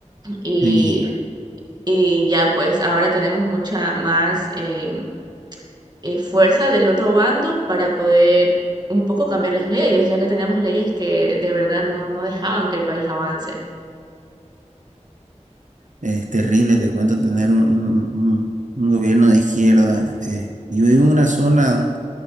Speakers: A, on the right (about 35°); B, on the right (about 75°).
A: Y,
B: Sí,
A: y ya pues ahora tenemos mucha más eh, eh, fuerza del otro bando para poder un poco cambiar las leyes, ya que teníamos leyes que de verdad no, no dejaban que el país avance.
B: es terrible, te cuento, tener un, un- un- un gobierno de izquierda. eh. Yo vivo en una zona